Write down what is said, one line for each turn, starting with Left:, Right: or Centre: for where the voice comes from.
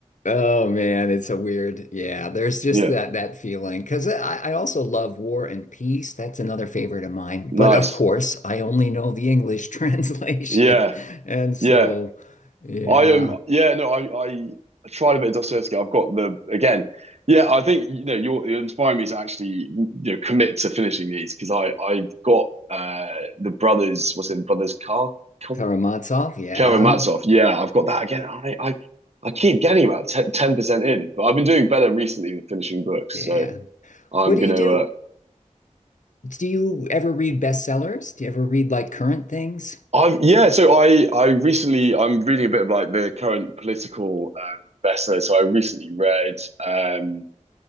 Left: Oh man, it's a weird. Yeah, there's just
Right: Yeah,
Left: that that feeling because I, I also love War and Peace. That's another favorite of mine.
Right: nice.
Left: But of course, I only know the English <laughs> translation,
Right: Yeah,
Left: and so
Right: yeah.
Left: yeah.
Right: I am, um, yeah, no, I, I tried a bit of Dostoevsky. I've got the, again, yeah, I think, you know, you're, you're inspiring me to actually, you know, commit to finishing these because I, I've got uh the brothers, what's it, brothers Kar Kar-
Left: Karamazov, yeah.
Right: Karamazov. Yeah, I've got that again. I, I, I keep getting about 10, 10% in, but I've been doing better recently than finishing books.
Left: Yeah.
Right: So I'm
Left: What do
Right: going
Left: you
Right: to,
Left: do?
Right: uh,
Left: Do you ever read bestsellers? Do you ever read like current things?
Right: I've, yeah, so I, I recently, I'm reading a bit of like the current political, um, bestseller. So I recently read, um,